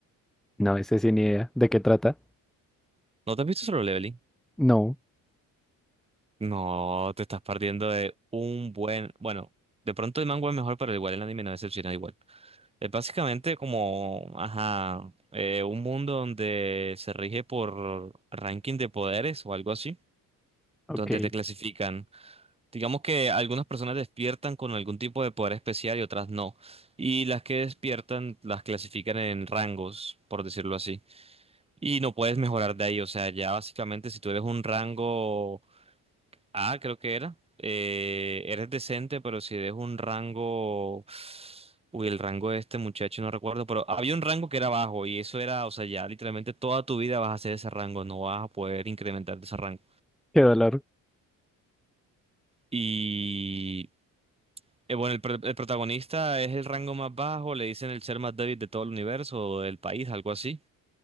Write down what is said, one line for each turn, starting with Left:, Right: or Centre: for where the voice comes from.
Centre: No, ese sí ni idea. ¿De qué trata?
Right: ¿No te has visto Solo Leveling?
Centre: No.
Right: No, te estás perdiendo de un buen. Bueno, de pronto el manga es mejor, pero igual el anime no decepciona igual. Es básicamente como, ajá, eh, un mundo donde se rige por ranking de poderes o algo así, donde
Centre: Ok.
Right: te clasifican. Digamos que algunas personas despiertan con algún tipo de poder especial y otras no. Y las que despiertan las clasifican en rangos, por decirlo así. Y no puedes mejorar de ahí. O sea, ya básicamente si tú eres un rango A, creo que era, eh, eres decente, pero si eres un rango... Uy, el rango de este muchacho no recuerdo, pero había un rango que era bajo y eso era, o sea, ya literalmente toda tu vida vas a hacer ese rango, no vas a poder incrementar de ese rango.
Centre: Qué dolor.
Right: Y Eh, bueno, el, pr- el protagonista es el rango más bajo, le dicen el ser más débil de todo el universo o del país, algo así.